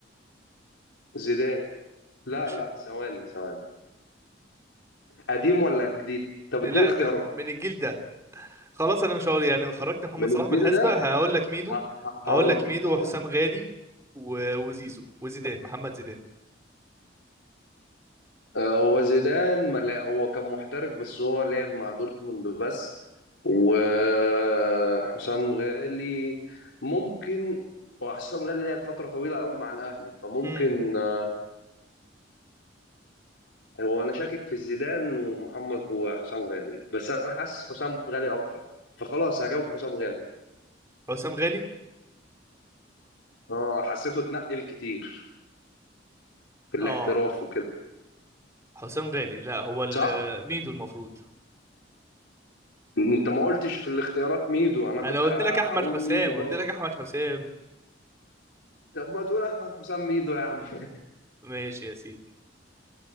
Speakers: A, on the left; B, on the right.
A: زيدان لا
B: مش
A: لا ثواني ثواني قديم ولا جديد طب
B: لا
A: اديني اختيارات
B: م... من الجيل ده خلاص انا مش هقول يعني خرجت محمد
A: من
B: صلاح
A: الجيل
B: من الحسبه
A: ده
B: هقول لك ميدو
A: ه- ه- هقول
B: هقول لك ميدو
A: لك هقول
B: وحسام
A: لك
B: غالي و... وزيزو وزيدان محمد زيدان
A: آه، هو زيدان ما لا- هو كان محترف بس هو لعب مع دورتموند بس وحسام غالي ممكن هو حسام غالي لعب فترة طويلة قوي مع الأهلي فممكن
B: امم
A: آه، هو أنا شاكك في زيدان ومحمد وحسام غالي بس أنا حاسس حسام غالي أكتر فخلاص هجاوب حسام غالي
B: حسام غالي
A: اه حسيته اتنقل كتير في الاحتراف
B: اه
A: وكده
B: حسام غالي لا هو ال...
A: صح؟
B: ميدو المفروض
A: انت ما قلتش في الاختيارات ميدو انا
B: انا
A: كنت
B: قلت
A: ه-
B: لك احمد
A: هقول
B: حسام
A: ميدو
B: قلت
A: برضه
B: لك احمد حسام
A: طب ما تقول احمد حسام ميدو يا عم <laughs>
B: ماشي يا سيدي